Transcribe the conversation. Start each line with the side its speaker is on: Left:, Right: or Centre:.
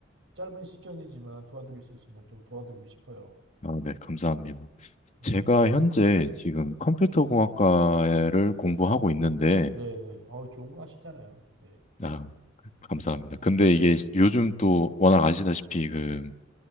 Right: 짧은 시견이지만 도와드릴 수 있으면 좀 도와드리고 싶어요.
Left: 아, 네, 감사합니다.
Right: 예.
Left: 제가 현재 지금 컴퓨터공학과를 공부하고 있는데,
Right: 네, 네. 아우 좋은 거 하시잖아요. 예,
Left: 아, 그, 감사합니다. 근데 이게
Right: 예,
Left: 요즘 또 워낙 아시다시피 그